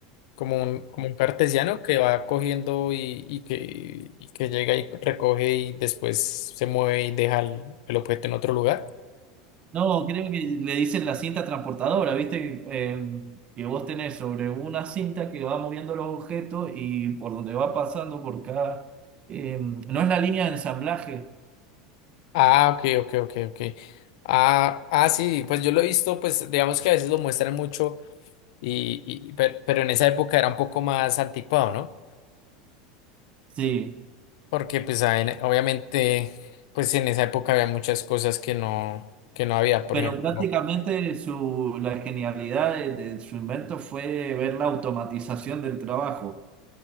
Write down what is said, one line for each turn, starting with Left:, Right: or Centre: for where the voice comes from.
Left: como un, como un cartesiano que va cogiendo y, y que, y que llega y recoge y después se mueve y deja el, el objeto en otro lugar.
Right: No, creo que le dicen la cinta transportadora, ¿viste? Eh, que vos tenés sobre una cinta que va moviendo los objetos y por donde va pasando por cada... eh, no es la línea de ensamblaje,
Left: Ah, ok, ok, ok, ok. Ah, ah, sí, pues yo lo he visto, pues digamos que a veces lo muestran mucho, y, y- per- pero, en esa época era un poco más anticuado, ¿no?
Right: sí,
Left: Porque pues ah, en- obviamente, pues en esa época había muchas cosas que no, que no había, por
Right: pero
Left: ejemplo.
Right: prácticamente su, la genialidad de, de su invento fue ver la automatización del trabajo.